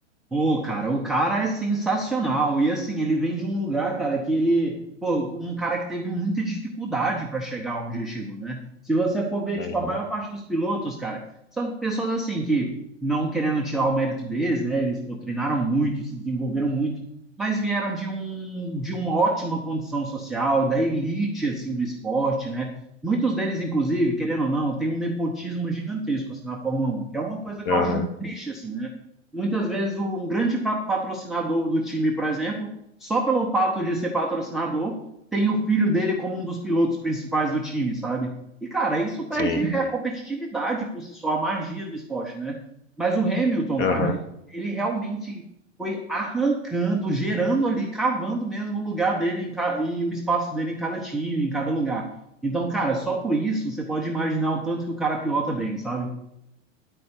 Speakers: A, in the centre; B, on the left (about 30°).
A: Pô, cara, o cara é sensacional. E assim, ele vem de um lugar, cara, que ele, pô, um cara que teve muita dificuldade para chegar onde ele chegou, né? Se você for ver,
B: Uhum.
A: tipo, a maior parte dos pilotos, cara, são pessoas assim que não querendo tirar o mérito deles, né? Eles, pô, treinaram muito, se desenvolveram muito, mas vieram de um de uma ótima condição social, da elite assim do esporte, né? Muitos deles, inclusive, querendo ou não, tem um nepotismo gigantesco assim na Fórmula 1, que é uma coisa que
B: Aham.
A: eu acho triste assim, né? Muitas vezes um grande patrocinador do time, por exemplo, só pelo fato de ser patrocinador, tem o filho dele como um dos pilotos principais do time, sabe? E, cara, isso perde
B: Sim.
A: a competitividade por si só, a magia do esporte, né? Mas o Hamilton,
B: Aham.
A: cara, ele realmente foi arrancando, gerando ali, cavando mesmo o lugar dele em ca- e o espaço dele em cada time, em cada lugar. Então, cara, só por isso você pode imaginar o tanto que o cara pilota bem, sabe?